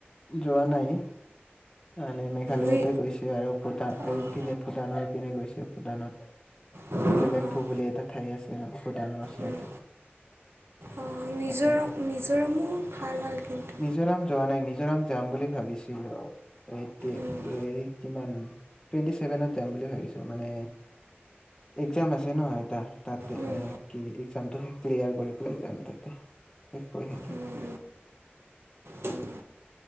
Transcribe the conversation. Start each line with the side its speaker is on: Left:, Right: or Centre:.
Left: যোৱা নাই। মানে মেঘালয়তে
Right: মি
Left: গৈছো। আৰু ভূটান
Right: অঁ
Left: এইপিনে ভূটানৰ পিনে গৈছো। ভূটানত
Right: অঁ
Left: কেলেম্পু
Right: অঁ
Left: বুলি এটা ঠাই আছে ন, ভূটানৰ ওচৰতে।
Right: উম। অঁ মিজোৰাম
Left: তাতে।
Right: মিজোৰামো ভাল হয় কিন্তু
Left: মিজোৰাম যোৱা নাই। মিজোৰাম যাম বুলি ভাবিছিলো। এইটে
Right: উম,
Left: এই কিমান টুৱেণ্টি ছেভেনত যাম বুলি ভাবিছো, মানে এক্সাম আছে ন এটা। তাতে
Right: উম,
Left: কি এক্সামটো শেষ ক্লিয়াৰ কৰি পেলাই যাম তাতে, এক সেইয়াতে।
Right: উম, উম, উম।